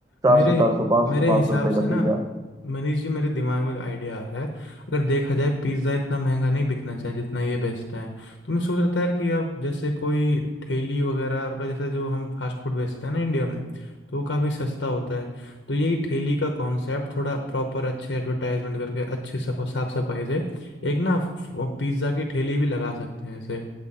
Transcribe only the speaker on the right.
चार
सौ चार सौ पाँच
सौ पाँच
सौ रुपए
का
पिज्जा